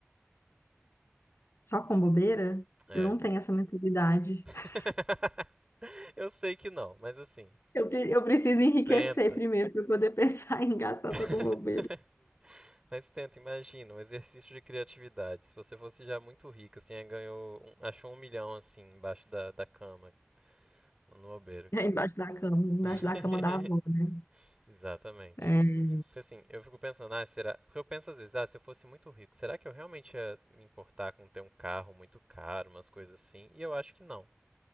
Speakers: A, on the left (about 65°); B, on the right (about 20°).
A: Só com bobeira,
B: É.
A: eu não tenho essa mentalidade.
B: <laughs>
A: <laughs>
B: Eu sei que não, mas assim,
A: Eu, pre- eu preciso enriquecer
B: tenta.
A: primeiro para poder <laughs> pensar em gastar
B: <laughs>
A: só com bobeira.
B: Mas tenta, imagina, um exercício de criatividade. Se você fosse já muito rico, assim, aí ganhou, um- achou um milhão, assim, embaixo da, da cama, no bobeiro.
A: É embaixo da cama, embaixo
B: <laughs>
A: da cama da avó, né?
B: Exatamente.
A: É,
B: Porque assim, eu fico pensando, ah, será. Porque eu penso às vezes, ah, se eu fosse muito rico, será que eu realmente ia me importar com ter um carro muito caro, umas coisas assim? E eu acho que não.